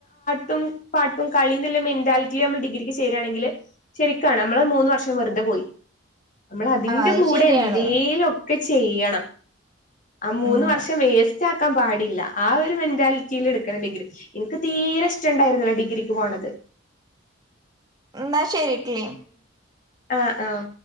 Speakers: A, on the left; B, on the right.
A: പ പാട്ടും കളിയ മെന്റാലിറ്റി ആമ്പോ ഡിഗ്രിക്ക് ചേരായാണെങ്കിൽ ശരിക്കാണ് നമ്മള് മൂന്ന് വർഷം വെറുതെ പോയി നമ്മൾ അതിന്റെ
B: അത്
A: കൂടെ
B: ശരിയാണ്
A: എന്തേലും ഒക്കെ ചെയ്യണം ആ മൂന്ന്
B: ഉം
A: വർഷം വേസ് ക്കാൻ പാടില്ല ആ ഒരു മെന്റാലിറ്റിൽ എടുക്കണ ഡിഗ്രി എനിക്ക് തീരെ ഇഷ്ടുണ്ടായിരുന്നല്ലോ ഡിഗ്രിക്ക് പോകണത്
B: എന്നാ ശരിട്ടലീ
A: ആഹ ആഹ